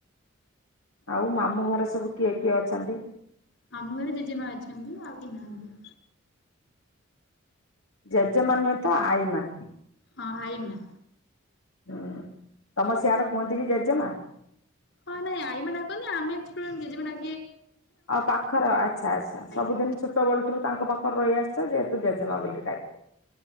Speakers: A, on the left; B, on the left.
A: ଆଉ ମାମୁଁ ଘରେ ସବୁ କିଏ କିଏ ଅଛନ୍ତି।
B: ମାମୁ ଘରେ ଜେଜେମା ଅଛନ୍ତି ଆଉ କେହି ନାହାନ୍ତି।
A: ଜେଜେମା ନୁହେଁ ତ ଆଇ ମା।
B: ହଁ ଆଇ ମା।
A: ହୁଁ ତମ ସେଆଡେ଼ କୁହନ୍ତି କିି ଜେଜେମା।
B: ହଁ ନାଇଁ ଆଇ ଡାନ୍ତି ଆମେ ଛୋଟ ବେଳେ ଜେଜେମା ଡା
A: ଆଉ ପାଖରେ ଆଚ୍ଛା ଆଚ୍ଛା
B: ଆଜ୍ଞା
A: ସବୁଦିନ ଛୋଟବେଳ ରୁ ତାଙ୍କ ପାଖରେ ରହି ଆସଛ ଯେ ଜେଜେମା ବୋଲି ଡାକେ।